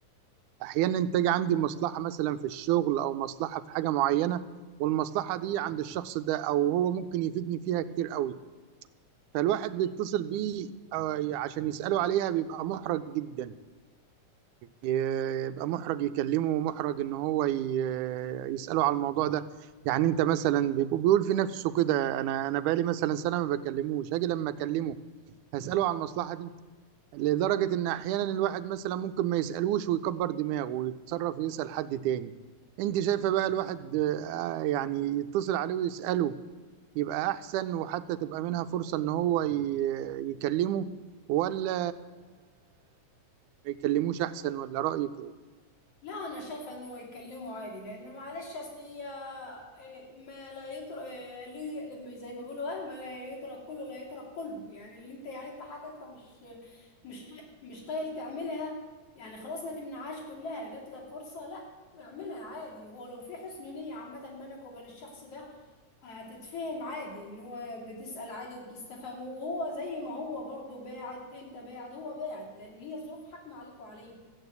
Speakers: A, on the right; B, on the left.
A: احيانا تاجي عندي مصلحه مثلا في الشغل او مصلحه في حاجه معينه والمصلحه دي عند الشخص ده او هو ممكن يفيدني فيها كتير قوي فالواحد بيتصل بيه آه، عشان يسأله عليها بيبقى محرج جدا يبقى محرج يكلمه ومحرج ان هو ي- يسأله على الموضوع ده يعني انت مثلا بيبقى بيقول في نفسه كده انا انا بقالي مثلا سنة ما بكلموش هاجي لما اكلمه هسأله على المصلحة دي لدرجة ان احيانا الواحد مثلا ممكن ما يسألوش ويكبر دماغه ويتصرف يسأل حد تاني انت شايفة بقى الواحد آه، يعني يتصل عليه ويسأله يبقى احسن وحتى تبقى منها فرصة ان هو ي- يكلمه ولا ما يكلموش احسن ولا رأيك ايه
B: لا انا شايفه انه يتكلموا عادي لان معلش اصل هي إيه، ما لا يترك ليه زي ما بيقولوا اه ما لا يترك كله لا يترك كله يعني اللي انت يعني انت حاجه انت مش مش طاي- مش طايل تعملها يعني خلاص ما تمنعهاش كلها جات لك فرصه لا اعملها عادي هو لو في حسن نيه عامه بينك وبين الشخص ده هتتفهم عادي ان هو بتسال عادي وبتستفهمه وهو زي ما هو برضو باعد انت باعد هو باعد لان هي الظروف حاكمه عليك وعليه